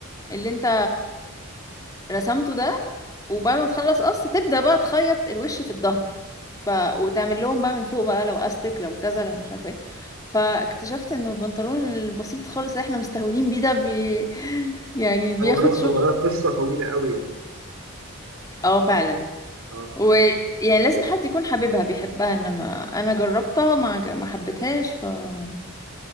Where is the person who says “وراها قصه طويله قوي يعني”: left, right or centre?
Right